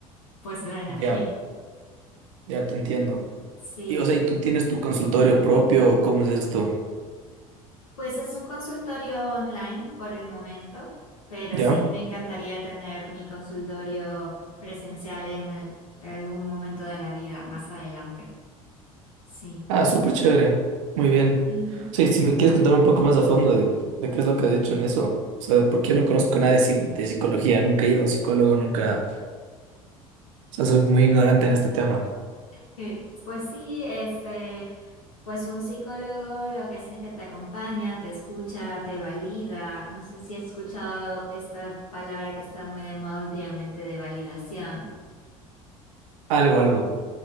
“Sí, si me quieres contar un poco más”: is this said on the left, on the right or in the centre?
Right